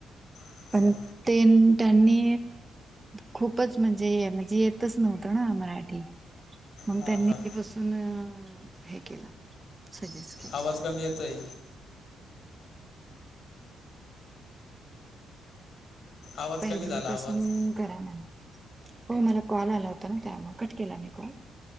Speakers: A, on the left; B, on the right.
A: अच्छा.
B: पण ते त्यांनी खूपच म्हणजे म्हणजे, येतच नव्हतं ना मराठी. मग
A: हां
B: त्यांनी
A: हां
B: आधी पासून हे केलं. सजेस्ट केलं
A: आवाज कमी येतोय. आवाज
B: पहिली
A: कमी झाला
B: पासून
A: आवाज
B: करा मॅम. हो मला कॉल आला होता ना, त्यामुळे कट केला मी कॉल.